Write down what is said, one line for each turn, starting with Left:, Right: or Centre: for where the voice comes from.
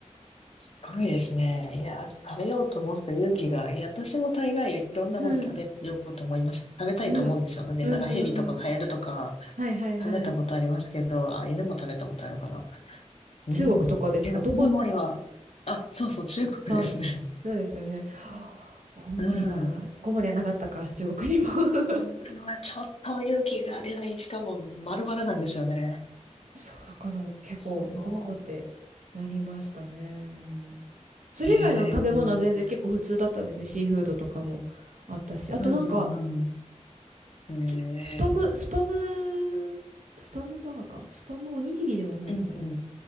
Left: すごいですね。いやー、食べようと思ってた勇気が、いや、私も大概いろんなもの食べようと思います。
Right: うん、
Left: 食べたいと思うんですよ。
Right: うん、
Left: なんで、
Right: うん、
Left: なんかヘビとかカエルとか
Right: うん、うん。はいはいはい。
Left: 食べたことありますけど、あ、犬も食べたことあるかな。うん。
Right: 中国とかですかどこ
Left: けど、コウモリは、あ、そうそう、中国ですね。
Right: そう、そうですよね。はあコウモリは、
Left: うん。
Right: コウモリはなかったか、中国にも <laughs>
Left: コウモリはちょっと勇気が出ない。しかも丸々なんですよね。
Right: そう、だから結構、
Left: その、
Right: おおってなりましたね。でも、それ以外の食べ物は全然結構普通だったんですね。
Left: へえ、
Right: シーフードとかもあったし。あとなんか、
Left: うんうんうん。
Right: きスパム、
Left: へえ、
Right: スパム、スパムバーガースパムおにぎりではないかな。
Left: うんうん、